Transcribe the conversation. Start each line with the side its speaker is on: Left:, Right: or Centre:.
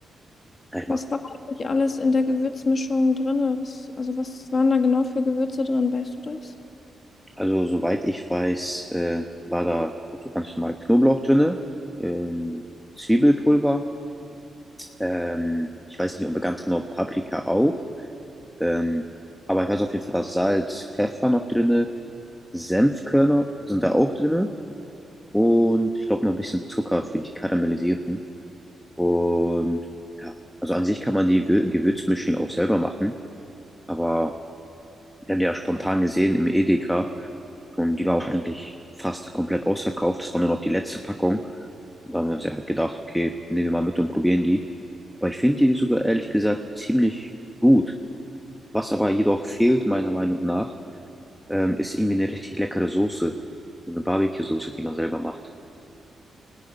Centre: Ja, ich mag,
Left: Was war eigentlich alles in der Gewürzmischung drin? Was, also was waren da genau für Gewürze drin? Weißt du das?
Centre: also soweit ich weiß, äh, war da so ganz normal Knoblauch drinne, ähm, Zwiebelpulver, ähm, ich weiß nicht, ob ganz genau Paprika auch, ähm, aber ich weiß auf jeden Fall, dass Salz, Pfeffer noch drinne, Senfkörner sind da auch drinne und ich glaube noch ein bisschen Zucker für die Karamellisierung. Und ja, also an sich kann man die Wür- Gewürzmischung auch selber machen, aber wir haben die ja spontan gesehen im Edeka. Und die war auch eigentlich fast komplett ausverkauft. Das war nur noch die letzte Packung. Und da haben wir uns ja halt gedacht, okay, nehmen wir mal mit und probieren die. Aber ich finde die sogar ehrlich gesagt ziemlich gut. Was aber jedoch fehlt, meiner Meinung nach, ähm, ist irgendwie eine richtig leckere Soße. So eine Barbecue-Soße, die man selber macht.